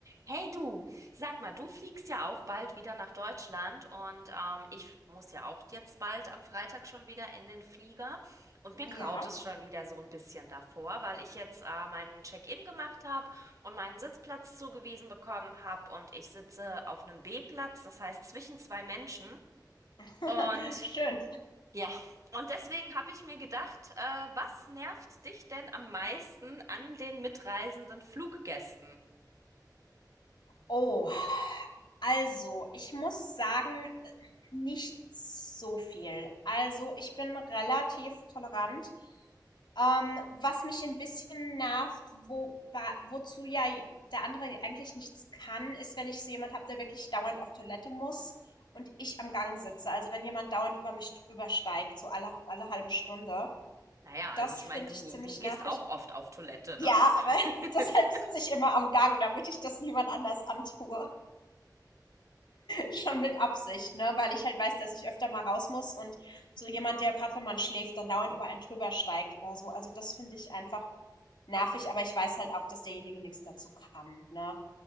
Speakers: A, on the right; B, on the left.
A: Hey du, sag mal, du fliegst ja auch bald wieder nach Deutschland und ähm, ich muss ja auch jetzt bald am Freitag schon wieder in den Flieger und mir graut
B: Ja,
A: es schon wieder so ein bisschen davor, weil ich jetzt äh, meinen Check-in gemacht habe und meinen Sitzplatz zugewiesen bekommen habe und ich sitze auf einem B-Platz, das heißt zwischen zwei Menschen
B: <laughs>
A: und
B: schön.
A: ja, und deswegen habe ich mir gedacht, äh, was nervt dich denn am meisten an den mitreisenden Fluggästen?
B: Oh, also ich muss sagen, nicht so viel. Also ich bin relativ tolerant. Ähm, was mich ein bisschen nervt, wo, ba- wozu ja der andere eigentlich nichts kann, ist, wenn ich so jemand habe, der wirklich dauernd auf Toilette muss und ich am Gang sitze. Also wenn jemand dauernd über mich drüber steigt, so alle, alle halbe Stunde.
A: Naja, also
B: Das
A: ich
B: finde
A: meine, du,
B: ich ziemlich
A: du gehst
B: nervig.
A: auch oft auf Toilette,
B: Ja,
A: ne?
B: aber <laughs>
A: <laughs>
B: deshalb sitze ich immer am Gang, damit ich das niemand anders antue. schon mit Absicht, ne? Weil ich halt weiß, dass ich öfter mal raus muss und so jemand, der gerade wenn man schläft, dann dauernd über einen drüber steigt oder so. Also das finde ich einfach nervig, aber ich weiß halt auch, dass derjenige nichts dazu kann, ne?